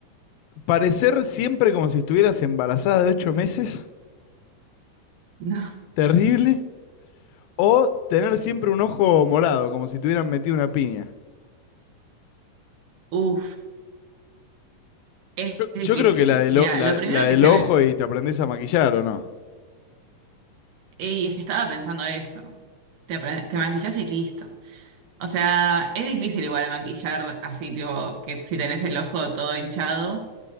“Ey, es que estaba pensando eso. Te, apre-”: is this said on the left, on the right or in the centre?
Right